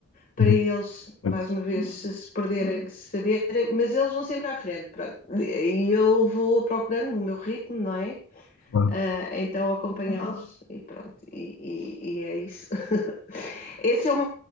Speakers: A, on the left; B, on the left.
A: para
B: Uhum,
A: eles,
B: certo,
A: mais uma vez, se, se perderem, se saberem, mas eles vão sempre à frente, pronto. E eu vou procurando o meu ritmo, não é?
B: claro.
A: Ah, então acompanhá-los e pronto, e, e- e é isso. <laughs> Esse é o meu,